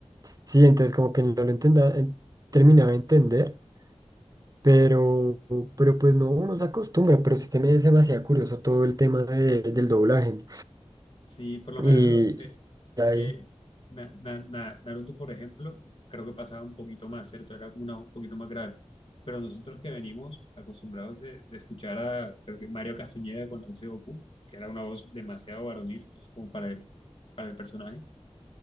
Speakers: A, on the right; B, on the left.
A: sí, entonces como que no lo entendía, terminaba de entender. Pero, pero pues no, uno se acostumbra, pero sí también es demasiado curioso todo el tema de- del doblaje.
B: Sí, por lo menos
A: Y,
B: lo- eh,
A: y ahí,
B: eh, Na- Na- Na- Naruto, por ejemplo, creo que pasaba un poquito más, ¿cierto? Era como una, voz un poquito más grave. Pero nosotros que venimos acostumbrados de, de escuchar a, creo que Mario Castañeda con la voz de Goku, que era una voz demasiado varonil, entonces como para el, para el personaje